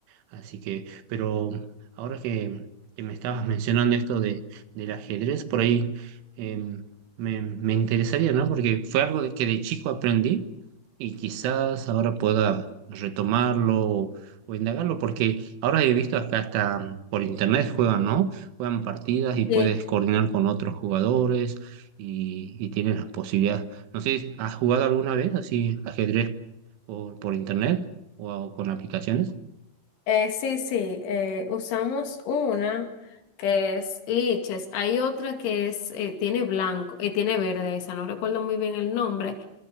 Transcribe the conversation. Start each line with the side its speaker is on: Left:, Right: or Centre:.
Right: Así que, pero ahora que, que me estabas mencionando esto de, del ajedrez, por ahí em, me, me interesaría, ¿no? Porque fue algo de que de chico aprendí y quizás ahora pueda retomarlo o, o indagarlo, porque ahora he visto que hasta por internet juegan, ¿no? Juegan partidas y puedes
Left: Sí,
Right: coordinar con otros jugadores y, y tienes las posibilidades. No sé, ¿has jugado alguna vez así ajedrez por, por internet o o con aplicaciones?
Left: eh, sí, sí, eh, usamos una que es liches, hay otra que es, eh, tiene blanco, eh, tiene verde, esa no recuerdo muy bien el nombre,